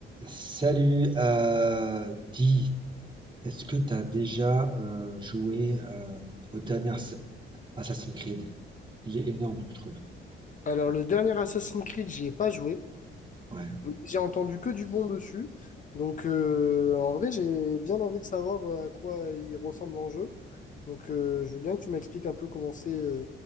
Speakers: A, on the right; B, on the left.
A: Salut, euh, dis, est-ce que tu as déjà euh, joué euh, au dernier Ass- Assassin's Creed? Il est énorme, je trouve.
B: Alors, le dernier Assassin's Creed, j'y ai pas joué.
A: Ouais.
B: mais J'ai entendu que du bon dessus. Donc, euh, en vrai, j'ai bien envie de savoir euh, à quoi il ressemble en jeu. Donc, euh, je veux bien que tu m'expliques un peu comment c'est euh,